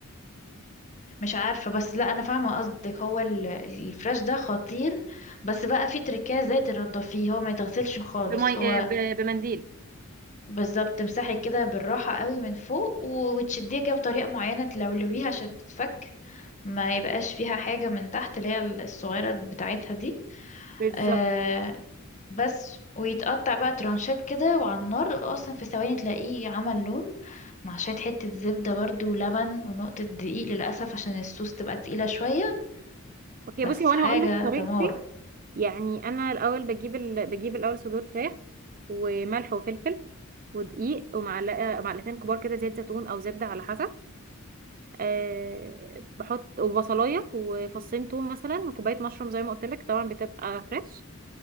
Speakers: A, on the left; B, on the right.
A: مش عارفة بس لا انا فاهمة قصدك هو ال- الفراش ده خطير بس بقى في تركية ازاي تنضفيه هو ما يتغسلش خالص
B: بمي...
A: هو
B: آه، ب- بمنديل
A: بالظبط تمسحي كده بالراحة قوي من فوق و- وتشديها كده بطريقة معينة تلولويها عشان تتفك ما يبقاش فيها حاجة من تحت اللي هي الصغيرة بتاعتها دي
B: بالظبط
A: آه بس ويتقطع بقى ترانشات كده وعلى النار اصلا في ثواني تلاقيه عمل لون مع شوية حتة زبدة برضو ولبن ونقطة دقيق للأسف عشان الصوص تبقى تقيلة شوية
B: اوكي
A: بس
B: بصي هو
A: حاجة
B: انا هقول لك طريقتي
A: دمار
B: يعني انا الاول بجيب ال... بجيب الاول صدور فراخ وملح وفلفل ودقيق ومعلقه معلقتين كبار كده زيت زيتون او زبده على حسب أه بحط وبصلايه وفصين توم مثلا وكوبايه مشروم زي ما قلت لك طبعا بتبقى فريش